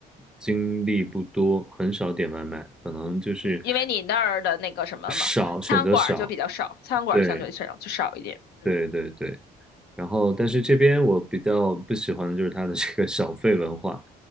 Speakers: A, in the centre; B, on the left.
A: 经历不多，很少点外卖，可能就是
B: 因为你那儿的那个什么嘛，
A: 少，选择少。
B: 餐馆儿就比较少，餐馆儿相对少就少一点，
A: 对，
B: 嗯，
A: 对，对，对。然后，但是这边我比较不喜欢的就是它的这个小费文化，